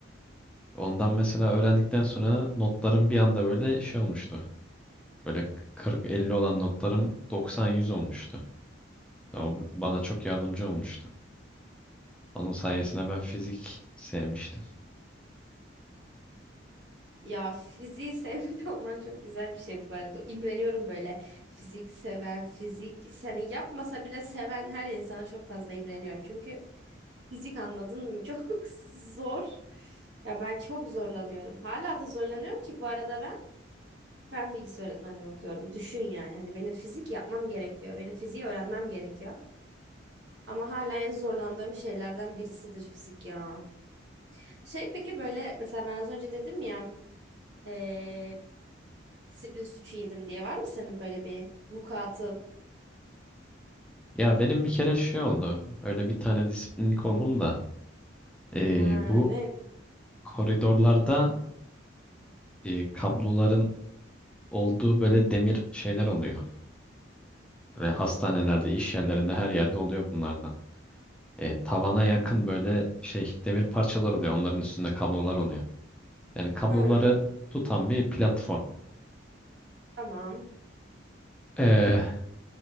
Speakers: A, in the centre; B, on the right.
A: Ondan mesela öğrendikten sonra notlarım bir anda böyle şey olmuştu. Böyle 40-50 olan notlarım 90-100 olmuştu. Ya O bana çok yardımcı olmuştu. Onun sayesinde ben fizik sevmiştim.
B: Ya fiziği sevmiş <laughs> olman çok güzel bir şey bu arada. İmreniyorum böyle fizik seven, fizik seni yapmasa bile seven her insana çok fazla imreniyorum. Çünkü Fizik anladın mı? <laughs> Çok zor. Ya ben çok zorlanıyorum. Hala da zorlanıyorum ki bu arada ben fen bilgisi öğretmenliği okuyorum. Düşün yani hani benim fizik yapmam gerekiyor. Benim fiziği öğrenmem gerekiyor. Ama hala en zorlandığım şeylerden birisidir fizik ya. Şey peki böyle mesela ben az önce dedim ya eee, disiplin suçu yedim diye var mı senin böyle bir vukuatın?
A: Ya benim bir kere şey oldu. Öyle bir tane disiplinlik oldum da. eee,
B: Ha,
A: bu
B: ne?
A: koridorlarda e, kabloların olduğu böyle demir şeyler oluyor. Böyle hastanelerde, iş yerlerinde her yerde oluyor bunlardan. E, tavana yakın böyle şey demir parçalar oluyor. Onların üstünde kablolar oluyor. Yani kabloları
B: Hı,
A: tutan bir platform.
B: tamam.
A: E,